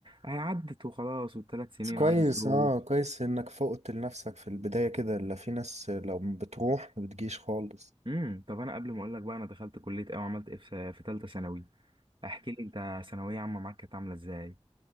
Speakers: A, on the right; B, on the right.
A: هي عدت وخلاص والثلاث سنين
B: بس كويس
A: عدوا
B: اه كويس انك فوقت لنفسك في البدايه كده لا في ناس لو بتروح ما بتجيش خالص
A: امم طب انا قبل ما اقول لك بقى انا دخلت كليه ايه وعملت ايه في في ثالثه ثانوي احكي لي انت ثانويه عامه معاك كانت عامله ازاي